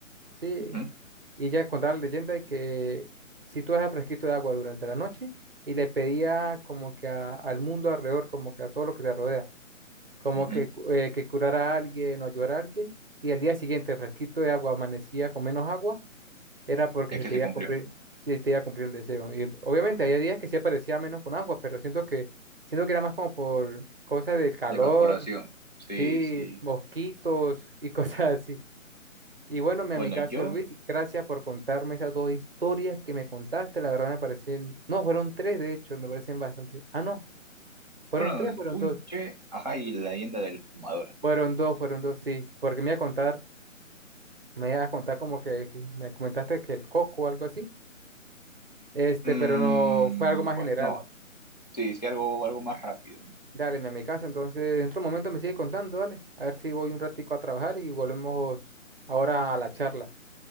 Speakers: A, on the right; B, on the left.
A: ¿sí?
B: ujú,
A: Y ella contaba la leyenda de que si tú dejas fresquito de agua durante la noche y le pedía como que a- al mundo alrededor, como que a todo lo que te rodea, como
B: ujú.
A: que, cu- eh, que curara a alguien o ayudara a alguien, y al día siguiente fresquito de agua amanecía con menos agua, era porque
B: Es
A: se
B: que
A: te
B: se
A: iba
B: cumplió.
A: a cumplir, se te iba a cumplir el deseo. Y obviamente había días que sí aparecía menos con agua, pero siento que, siento que era más como por cosas del calor,
B: La evaporación. Sí,
A: sí,
B: sí.
A: mosquitos y <laughs> cosas así. Y bueno, mi
B: Bueno,
A: amigazo
B: yo...
A: Luis, gracias por contarme esas dos historias que me contaste. La verdad me parecen, no, fueron tres de hecho, me parecen bastante. Ah, no, fueron
B: Bueno,
A: tres,
B: el
A: fueron
B: Tunche,
A: dos.
B: ajá, y la leyenda del fumador.
A: Fueron dos, fueron dos, sí. Porque me iba a contar, me iba a contar como que que me comentaste que el coco o algo así. Este,
B: Mm,
A: pero no, fue algo más
B: bueno,
A: general.
B: no, sí, sí, algo, algo más rápido. ¿no?
A: Dale, mi amigazo, entonces dentro de un momento me sigue contando, dale. A ver si voy un ratico a trabajar y volvemos ahora a la charla.